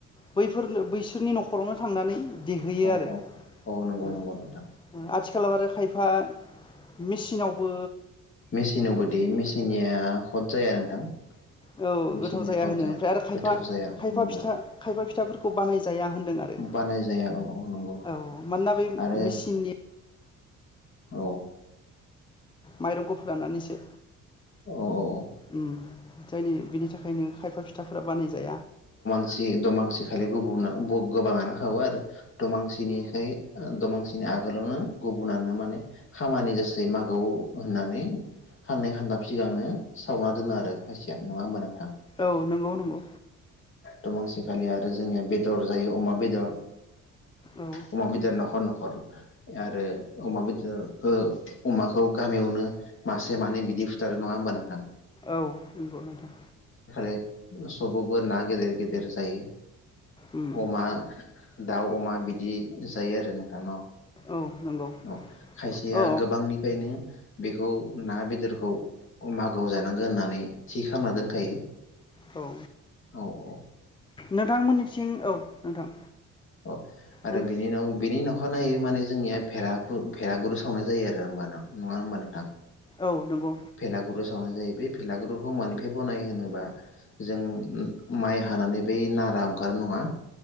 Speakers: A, on the left; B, on the left.
A: बैफोर बैसोरनि न'खरावनो थांनानै देहोयो
B: औ
A: आरो
B: औ औ नंगौ
A: आथि
B: नंगौ नोंथां
A: आथिखालाव आरो खायफा मेसिनावबो
B: मेसिनावबो देयो मेचिननिया खद जाया नोंथां।
A: औ गोथाव
B: मेसिननिया
A: जाया
B: खद
A: होनो ओमफ्राय आरो खायफा
B: गोथाव जाया
A: खायफा
B: नंगौ
A: फिथा खायफा फिथाफोरखौ बानाय जाया होनदों आरो
B: बानाय जाया औ औ नंगौ
A: औ मानोना बे
B: आरो
A: मेसिननि
B: औ
A: माइरंखौ फराननानैसो
B: औ औ औ
A: उम जायनि बिनि थाखाय नों खायफा फिथाफोरा बानायजाया
B: मानसि दमांसि खालि गुबुना-गोबाङानो खावो आरो दमांसिनिखाय दमांसिनि आगोलावनो गुबुनानो माने खामानि जासै मागौ होननानै खाननै खानथाम सिगांनो सावना दोनो आरो खायसेया। नङा होमबा नोंथां?
A: औ नोंगौ नंगौ।
B: दमांसिखालि आरो जोंनिया बेदर जायो अमा बेदर।
A: औ
B: अमा बेदर न'खर न'ख खर आरो अमा बेदरखौ अमाखौ गामियावनो मासे मानै बिदि फुथारो नङा होमबा नोंथां?
A: औ नंगौ नोंथां।
B: सबाबो ना गेदेर गेदेर जायो।
A: उम
B: अमा, दाउ अमा बिदि जायो आरो नोंथां न'?
A: औ नंगौ
B: औ खायसेया
A: औ
B: गोबांनिफायनो बेखौ ना बेदरखौ मागोआव जानांगो होननानै थि खालामना दोनखायो।
A: औ
B: औ औ
A: नोंथांमोननिथिं औ नोंथां।
B: अ आरो
A: नों
B: बिनि उनाव बेनि नखा नायै माने जोंनिया भेराखुर-भेरागुरु सावनाय जायो आरो होमबाना। नङा होमबा नोंथां?
A: औ नंगौ
B: भेलागुरु सावनाय जायो। बे भेलागुरखौ मानिफ्राय बनायो होनोबा जों माइ हानानै बै नारा अंखारो नङा?